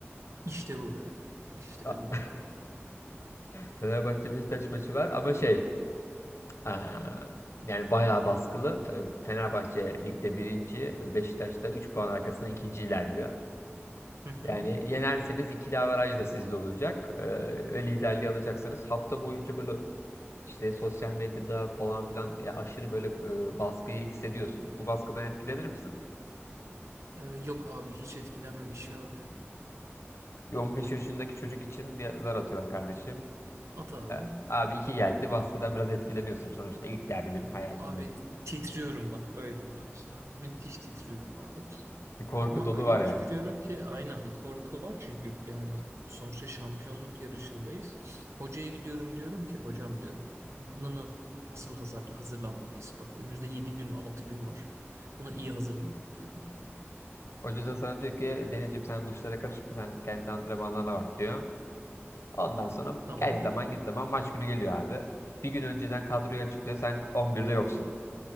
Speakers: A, on the right (about 80°); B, on the left (about 75°).
A: İşte bu be. İşte
B: A-
A: bu be.
B: Fenerbahçe Beşiktaş maçı var ama şey e, yani bayağı baskılı. Fe- Fenerbahçe ligde birinci, Beşiktaş da 3 puan arkasında ikinci ilerliyor.
A: Hı hı.
B: Yani yenerseniz ikili averaj da sizde olacak. Ee, ve liderliği alacaksınız. Hafta boyunca böyle işte sosyal medyada falan filan ya aşırı böyle e, baskıyı hissediyorsun. Bu baskıdan etkilenir misin?
A: Ee, yok abi hiç etkilenmem işime bakarım.
B: Bir 15 yaşındaki çocuk için bir zar atıyorum kardeşim.
A: At abi.
B: E, abi iki geldi. Baskıdan biraz etkileniyorsun. Sonuçta ilk derbin hayatındaki.
A: Abi titriyorum bak öyle diyeyim ben sana. Müthiş titriyorum abi.
B: Bir korku
A: Ama
B: dolu
A: öyle
B: var
A: bir
B: yani.
A: titriyorum ki aynen bir korku var. Çünkü yani sonuçta şampiyonluk yarışındayız. Hocaya gidiyorum diyorum ki hocam diyorum. Buna na- nasıl hazır, hazırlanmalıyız? Bak önümüzde 7 gün ve 6 gün var. Buna iyi hazırlanmalı diyorum.
B: Hoca da sana diyor ki Denizciğim sen bu işlere karışma. Sen kendi antrenmanlarına bak diyor. Ondan sonra
A: Tamam.
B: gel zaman git zaman maç günü geliyor abi. Bir gün önceden kadroyu açıklıyor. Sen 11'de yoksun.